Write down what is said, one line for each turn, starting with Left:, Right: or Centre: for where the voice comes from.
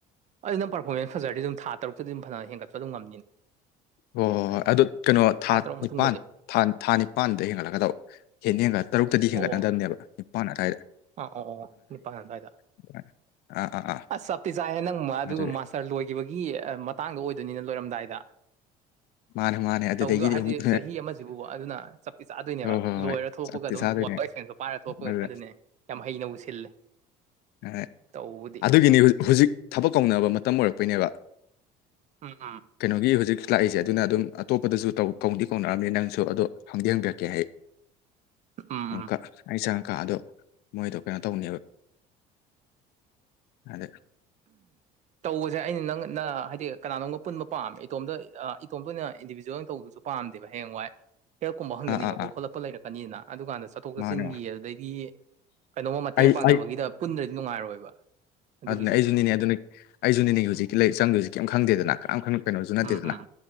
Right: ꯑꯗꯨꯗꯤ ꯄꯔꯐꯣꯔꯃꯦꯟꯁ ꯐꯖꯔꯗꯤ ꯑꯗꯨꯝ ꯊꯥ ꯇꯔꯨꯛꯇꯗꯤꯗꯨꯝ ꯐꯅꯌꯥꯝ ꯍꯦꯟꯒꯠꯄ ꯑꯗꯨꯝ ꯉꯝꯅꯤꯅꯦ
Left: ꯍꯣꯏ ꯍꯣꯏ ꯍꯣꯏ ꯑꯗꯨ ꯀꯩꯅꯣ ꯊꯥ
Right: ꯇꯔꯨꯛ ꯃꯇꯨꯡꯗꯗꯤ
Left: ꯅꯤꯄꯥꯟ ꯊꯥ ꯊꯥ ꯅꯤꯄꯥꯟꯗꯩ ꯍꯦꯟꯒꯠꯂꯛꯀꯗꯧꯕ ꯍꯦꯟꯗꯤ ꯍꯦꯟꯒꯠ ꯇꯔꯨꯛꯇꯗꯤ
Right: ꯑꯣ
Left: ꯍꯦꯟꯒꯠꯅꯗꯕꯅꯦꯕ ꯅꯤꯄꯥꯟ ꯑꯗꯨꯋꯥꯏꯗ
Right: ꯑꯥ ꯑꯣ ꯑꯣ ꯅꯤꯄꯥꯥꯟ ꯑꯗꯨꯋꯥꯏꯗ
Left: ꯑꯗꯨꯃꯥꯏꯅ ꯑꯥ ꯑꯥ ꯑꯥ
Right: ꯑꯁ ꯆꯞꯇꯤ ꯆꯥꯏꯍꯦ ꯅꯪ ꯑꯗꯨꯒ
Left: ꯑꯗꯨꯒꯤ
Right: ꯃꯥꯁ ꯁꯥꯔ ꯂꯣꯏꯈꯤꯕꯒꯤ ꯑꯥ ꯃꯇꯥꯡꯗ ꯑꯣꯏꯗꯣꯏꯅꯤꯅ ꯂꯣꯏꯔꯝꯗꯥꯏꯗ
Left: ꯃꯥꯅꯦ ꯃꯥꯅꯦ ꯑꯗꯨꯗꯒꯤꯗꯤ
Right: ꯇꯧꯕꯗꯣ ꯍꯥꯏꯗꯤ
Left: ꯑꯃꯨꯛ
Right: ꯆꯍꯤ ꯑꯃꯖꯤꯕꯨ ꯑꯗꯨꯅ ꯆꯞꯇꯤ ꯆꯥꯗꯣꯏꯅꯦꯕ
Left: ꯍꯣꯏ ꯍꯣꯏ
Right: ꯂꯣꯏꯔꯥ
Left: ꯍꯣꯏ
Right: ꯊꯣꯛꯄꯒ
Left: ꯆꯞꯇꯤ
Right: ꯑꯗꯨꯝ
Left: ꯆꯥꯗꯣꯏꯅꯦ
Right: ꯋꯥ ꯄꯥꯏꯔ ꯊꯣꯛꯄꯗ
Left: ꯑꯗꯨꯗ
Right: ꯑꯗꯨꯅꯦ ꯌꯝ ꯍꯩꯅꯕꯨ ꯁꯤꯜꯂꯦ
Left: ꯑ ꯑ
Right: ꯇꯧꯕꯕꯨꯗꯤ
Left: ꯑꯗꯨꯒꯤꯅꯤ ꯍꯧꯖꯤꯛ ꯊꯕꯛ ꯀꯧꯅꯕ ꯃꯇꯝ ꯑꯣꯏꯔꯛꯄꯩꯅꯦꯕ
Right: ꯎꯝ ꯎꯝ
Left: ꯀꯩꯅꯣꯒꯤ ꯍꯧꯖꯤꯛ ꯂꯥꯛꯏꯁꯦ ꯑꯗꯨꯅ ꯑꯗꯨꯝ ꯑꯇꯣꯞꯄꯗꯁꯨ ꯇꯧ ꯀꯧꯗꯤ ꯀꯧꯅꯔꯝꯅꯤ ꯅꯪꯁꯨ ꯑꯗꯣ ꯍꯪꯗꯤ ꯍꯪꯕꯤꯔꯛꯀꯦ ꯑꯩ
Right: ꯎꯝ
Left: ꯑꯃꯨꯛꯀ
Right: ꯎꯝ
Left: ꯑꯩ ꯆꯪꯉꯛꯀ ꯑꯗꯣ ꯃꯣꯏꯗꯣ ꯀꯩꯅꯣ ꯇꯧꯅꯦꯕ ꯍꯔꯦ <inaudible>
Right: ꯇꯧꯕꯁꯦ ꯑꯩꯅ ꯅꯪꯒ ꯅꯥ ꯍꯥꯏꯗꯤ ꯀꯅꯥꯅꯣꯝꯒ ꯄꯨꯟꯕ ꯄꯥꯝꯃꯦ ꯏꯇꯣꯝꯇ ꯏꯇꯣꯝꯇ ꯑꯣꯏꯅ ꯏꯟꯗꯤꯕꯤꯖꯨꯜ ꯑꯣꯏꯅ ꯇꯧꯕꯗꯨꯖꯨ ꯄꯥꯝꯗꯦꯕ ꯍꯌꯦꯡꯋꯥꯏ ꯍꯦꯂꯞꯀꯨꯝꯕ ꯍꯪꯅꯅꯤꯡꯉꯛꯄ
Left: ꯑꯥ ꯑꯥ ꯑꯥ
Right: ꯈꯣꯠꯂꯛꯄ ꯂꯩꯔꯛꯀꯅꯤꯅ ꯑꯗꯨ ꯀꯟꯗ ꯆꯠ ꯆꯠꯊꯣꯛ ꯆꯠꯁꯤꯟꯒꯤ
Left: ꯃꯥꯅꯦ ꯃꯥ
Right: ꯑꯗꯨꯗꯩꯒꯤ ꯀꯩꯅꯣꯝꯃ ꯃꯇꯦꯡ
Left: ꯑꯩ
Right: ꯄꯥꯡꯅꯕꯒꯤꯗ
Left: ꯑꯩ
Right: ꯄꯨꯟꯗ꯭ꯔꯗꯤ ꯅꯨꯡꯉꯥꯏꯔꯣꯏꯕ ꯑꯗꯨꯒꯤꯁꯨ
Left: ꯑꯗꯨꯅꯦ ꯑꯩꯁꯨꯅꯤꯅꯦ ꯑꯗꯨꯅ ꯑꯩꯁꯨꯨꯅꯤꯅꯦ ꯍꯧꯖꯤꯛꯀꯤ ꯂꯩꯔꯤ ꯆꯪꯗꯣꯏ ꯍꯧꯖꯤꯛ ꯀꯔꯤꯝ ꯈꯪꯗꯦꯗꯅ ꯀꯅꯝ ꯀꯩꯅꯣꯁꯨ ꯅꯠꯇꯦꯗꯅ
Right: ꯎꯝ ꯎꯝ